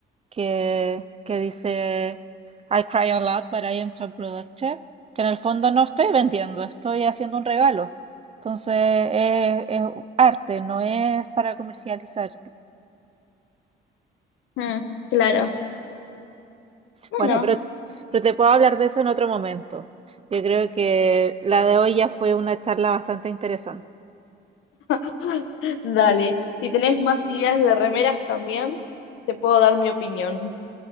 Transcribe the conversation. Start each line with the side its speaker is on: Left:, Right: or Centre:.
Right: que, que dice I cry a lot, but I am so productive. Que en el fondo no estoy vendiendo, estoy haciendo un regalo. Entonces es, es arte, no es para comercializar.
Left: mm. claro. Bueno.
Right: Bueno, pero, pero te puedo hablar de eso en otro momento. Yo creo que la de hoy ya fue una charla bastante interesante.
Left: <laughs> Dale, si tenés más ideas de remeras también, te puedo dar mi opinión.